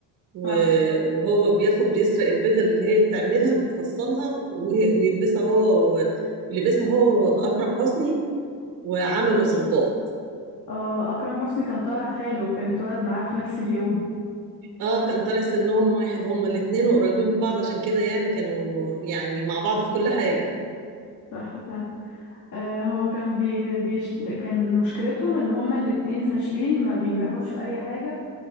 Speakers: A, on the right; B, on the left.
A: و-
B: صح
A: وهو بياخد بيسرق البيضة اللي هي بتعملها بتفصلها و- ويلبسها هو و- ولبسها هو أكرم حسني وعملوا ظباط
B: آه أكرم حسني كان طالع خاله كان اتولد معاه في نفس اليوم
A: اه كان طالع سنهم واحد هما الاتنين وقريبين من بعض عشان كده يعني كانوا يعني مع بعض في كل حاجة
B: صح صح آه هو كانوا بي... بيش... كان مشكلتهم إن هما الاتنين فاشلين ما بينجحوش في أي حاجة